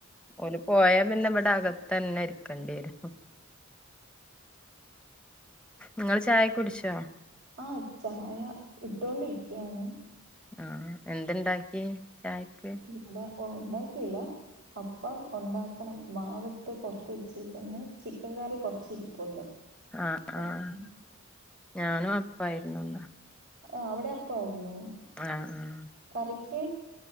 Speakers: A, in the centre; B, on the right (about 55°).
A: ഓല് പോയാ പിന്നെ ഇവ്ടെ അകത്തെന്നെ ഇരിക്കേണ്ടിരും. ഇങ്ങള് ചായക്കെ കുടിച്ചോ?
B: ആഹ് ചായ ഇട്ടോണ്ടിരിക്കാണ്.
A: ആഹ് എന്തണ്ടാക്കിയെ ചായക്ക്?
B: ഇവ്ടെ ഉണ്ടാക്കിയില്ല അപ്പം ഉണ്ടാക്കണം. മാവ്ടുത്ത് പൊറ്ത്ത് വെച്ചേക്കുന്ന് ചിക്കൻ കറി കൊറച്ചിരിപ്പുണ്ട്
A: ആഹ്
B: അപ്പം
A: ആഹ്
B: പിന്നെ
A: ഞാനും അപ്പായിരുന്നു ഇന്ന്
B: ആഹ് അവിടെ അപ്പായിരുന്നോ?
A: ആഹ് ആഹ്.
B: കറിക്ക്.